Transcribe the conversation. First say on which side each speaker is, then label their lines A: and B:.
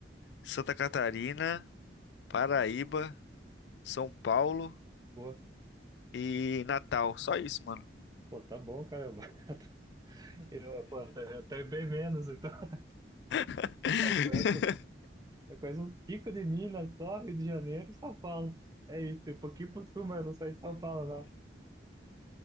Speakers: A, on the left; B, on the right.
A: Santa Catarina, Paraíba, São Paulo
B: pô,
A: e Natal. Só isso, mano.
B: pô, tá bom, caramba. <laughs> Eu, pô, até, eu até bem menos, então. <laughs>
A: <laughs>
B: Eu conheço, eu conheço um tico de Minas só, Rio de Janeiro e São Paulo. É isso, um pouquinho por sul, mas eu não saí de São Paulo, não.